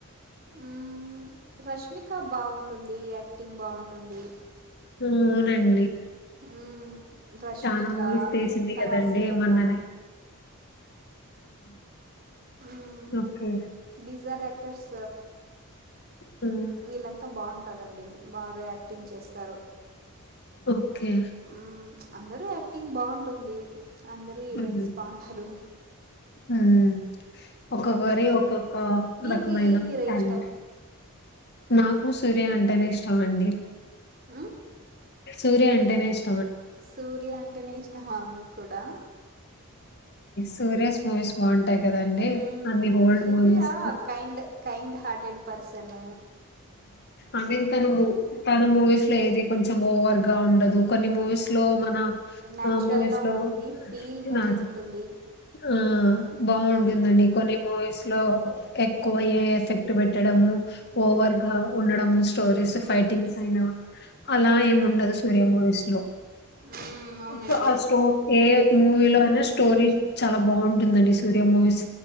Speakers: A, on the right; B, on the left.
A: ఊ రష్మిక బాగుంటుంది యాక్టింగ్ బాగుంటుంది
B: అవునండి
A: మ్మ్, రష్మిక
B: చానా మూవీస్ తీసింది కదండి
A: రాశికన్న
B: మొన్ననే
A: మ్
B: ఓకే.
A: దిసార్ యాక్టర్స్
B: హ్మ్.
A: వీళ్లంతా బాగు టరండి బాగా యాక్టింగ్ చేస్తారు
B: ఓకే
A: మ్మ్, అందరూ యాక్టింగ్ బాగుంటుంది అందరూ హీరోయిన్స్
B: హ్మ్.
A: బాగుంటారు
B: హ్మ్. ఒక్కొక్కరి
A: మ్మ్,
B: ఒక్కొక్క
A: మీకు
B: రకమైన
A: ఏ హీరో
B: టాలెంట్
A: ఇష్టం
B: నాకు సూర్య అంటేనే ఇష్టం అండి
A: మ్మ్?
B: సూర్య అంటేనే ఇష్ట
A: సూర్య అంటే న ఇష్టమా మీకు కూడా
B: సూర్యస్ మూవీస్ బావుంటాయి కదండీ!
A: మ్
B: అన్ని old
A: Surya
B: movies.
A: Kind kind hearted person
B: I mean తను మూ తను మూవీస్ లో ఏది కొంచెం ఓవర్ గా ఉండదు కొన్ని మూవీస్ లో మన
A: న్యాచురల్గా
B: ఆ మూవీస్ లో
A: ఉంటుంది ఫీల్ మూవీ
B: నా
A: ఉంటుంది
B: ఆ బాగుంటుందండి
A: హ్మ్.
B: కొన్ని మూవీస్ లో ఎక్కువ ఏ ఎఫెక్ట్ పేట్టడము ఓవర్ గా ఉండడము స్టోరీస్
A: హ్మ్.
B: ఫైటింగ్స్ అయినా అలా ఏం ఉండదు సూర్య మూవీస్ లో
A: హ్మ్, అవునండి
B: బా స్టో ఏ మూవీలో అయినా స్టోరీ చాలా బాగుంటుందండి సూర్య మూవీస్